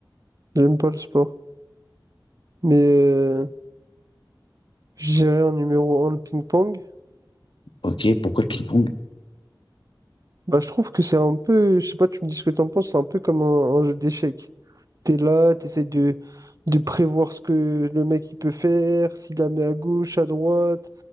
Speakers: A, on the right; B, on the left.
A: J'aime pas le sport. Mais euh, je dirais en numéro un le ping-pong.
B: Ok, pourquoi le ping-pong?
A: Bah, je trouve que c'est un peu, je sais pas, tu me dis ce que t'en penses, c'est un peu comme un, un jeu d'échecs. T'es là, t'essayes de, de prévoir ce que le mec il peut faire, s'il la met à gauche, à droite,